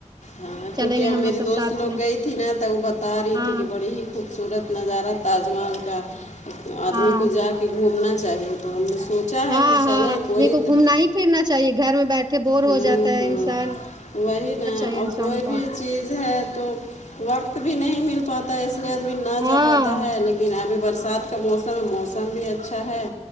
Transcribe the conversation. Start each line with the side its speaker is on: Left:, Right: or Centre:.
Left: ہاں کیونکہ
Right: چلیں گے
Left: اب
Right: ہم
Left: میری
Right: لوگ سب
Left: دوست
Right: ساتھ
Left: لوگ
Right: میں
Left: گئی تھی نا تو وہ بتا رہی
Right: ہاں
Left: تھی کہ بڑی ہی خوبصورت نظارہ تاج محل کا آدمی
Right: ہاں
Left: کو جا کے گھومنا چاہیے تو ہم نے سوچا
Right: ہاں
Left: ہے کہ چلیں
Right: ہاں
Left: کوئی
Right: آدمی کو
Left: ت
Right: گھومنا ہی پھرنا چاہیے گھر میں بیٹھے بور
Left: ہوں
Right: ہو جاتا
Left: ہوں
Right: ہے انسان
Left: وہی
Right: گھومنا
Left: نا
Right: چاہیے
Left: اور
Right: انسان
Left: کوئی
Right: کو
Left: بھی چیز ہے تو وقت بھی نہیں مل پاتا ہے اس لیے ا بھی نہ
Right: ہاں
Left: جا پاتا ہے لیکن لیکن ابھی برسات کا موسم ہے موسم بھی اچھا ہے